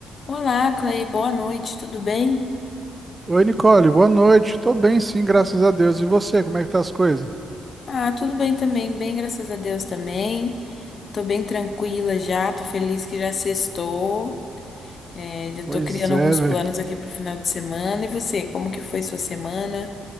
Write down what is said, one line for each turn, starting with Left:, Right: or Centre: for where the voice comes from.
Left: Olá, Clay, boa noite, tudo bem?
Right: Oi, Nicole, boa noite. Tô bem, sim, graças a Deus. E você, como é que tá as coisas?
Left: Ah, tudo bem também, bem, graças a Deus também. Tô bem tranquila já, tô feliz que já sextou. É, já tô
Right: Pois
Left: criando
Right: é,
Left: alguns
Right: velho.
Left: planos aqui pro final de semana. E você, como que foi sua semana?